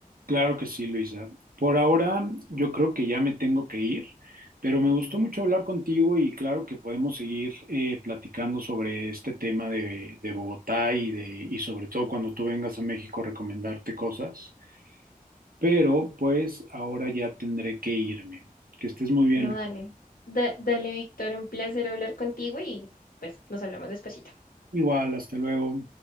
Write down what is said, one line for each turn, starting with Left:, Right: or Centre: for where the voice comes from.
Right: Claro que sí, Luisa. Por ahora yo creo que ya me tengo que ir, pero me gustó mucho hablar contigo y claro que podemos seguir eh, platicando sobre este tema de, de Bogotá y de, y sobre todo cuando tú vengas a México recomendarte cosas. Pero pues ahora ya tendré que irme. Que estés muy bien,
Left: No, dale.
Right: Luisa.
Left: Da- dale, Víctor, un placer hablar contigo y pues nos hablamos despacito.
Right: Igual, hasta luego.